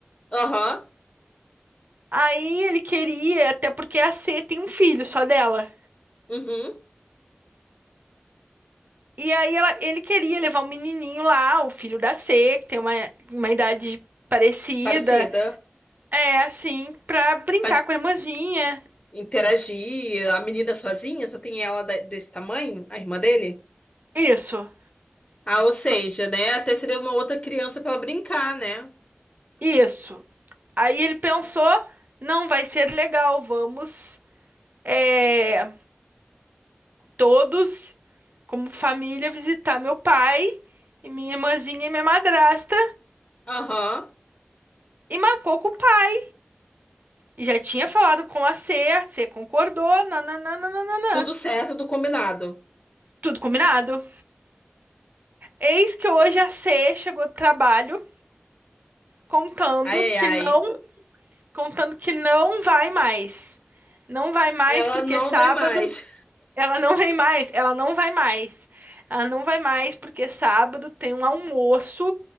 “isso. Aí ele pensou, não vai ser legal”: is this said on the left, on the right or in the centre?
Right